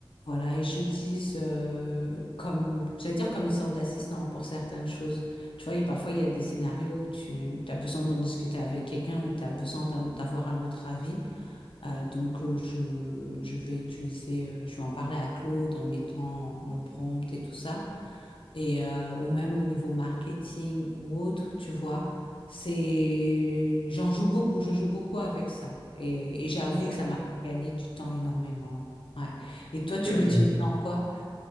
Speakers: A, on the left (about 70°); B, on the right (about 35°).
A: voilà, et j'utilise euh, comme, j'allais dire comme une sorte d'assistant pour certaines choses. Tu vois, et parfois, il y a des scénarios où tu as besoin d'en discuter avec quelqu'un ou tu as besoin d'un- d'avoir un autre avis. Euh, donc, euh, je, je vais utiliser, euh, je vais en parler à Claude en mettant mon prompt et tout ça. Et euh, ou même au niveau marketing ou autre, tu vois, c'est, j'en joue beaucoup, je joue beaucoup avec ça. Et, et j'avoue
B: Ok,
A: que ça m'a fait gagner du temps énormément. hein. Ouais. Et toi, tu
B: ok. ok.
A: l'utilises dans quoi?